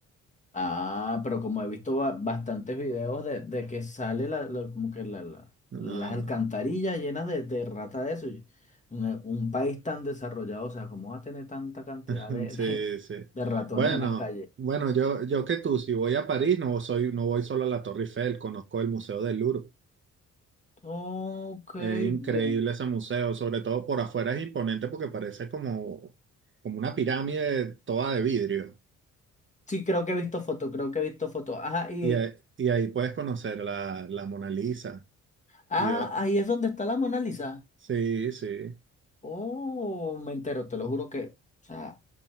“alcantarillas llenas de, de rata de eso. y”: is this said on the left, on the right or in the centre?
Left